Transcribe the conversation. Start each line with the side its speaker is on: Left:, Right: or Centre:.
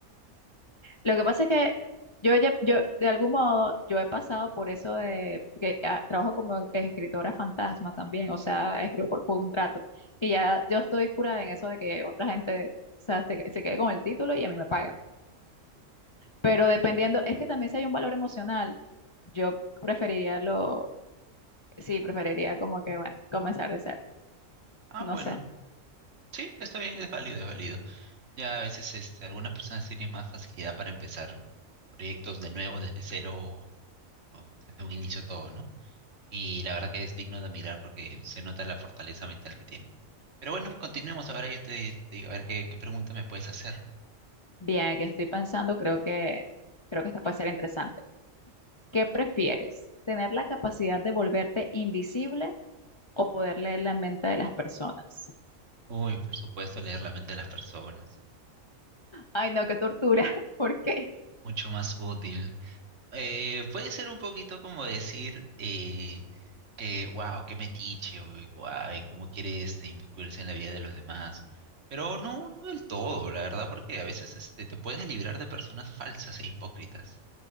Left: Lo que pasa es que yo ya, yo, de algún modo, yo he pasado por eso de, porque ah, trabajo como escritora fantasma también, o sea, escribo por contrato. Y ya yo estoy curada en eso de que otra gente, o sea, se, se quede con el título y a mí me pagan. Pero dependiendo, es que también si hay un valor emocional, yo preferiría lo, sí, preferiría como que, bueno, comenzar de ser,
Right: Ah,
Left: No
Right: bueno.
Left: sé.
Right: Sí, está bien, es válido, es válido. Ya a veces este, algunas personas tienen más facilidad para empezar proyectos de nuevo, desde cero o, o desde un inicio todo, ¿no? Y la verdad que es digno de admirar porque se nota la fortaleza mental que tienen. Pero bueno, continuemos. Ahora yo te, di- te digo, a ver qué, qué pregunta me puedes hacer.
Left: Bien, que estoy pensando, creo que, creo que esta puede ser interesante. ¿Qué prefieres? ¿Tener la capacidad de volverte invisible o poder leer la mente de las personas?
Right: Uy, por supuesto, leer la mente de las personas.
Left: Ay, no, qué tortura. <laughs> ¿Por qué?
Right: Mucho más útil. Eh, puede ser un poquito como decir, eh, que wow, qué metiche, o wow, y cómo quiere este, inmiscuirse en la vida de los demás. Pero no, no del todo, la verdad, porque a veces este, te puedes librar de personas falsas e hipócritas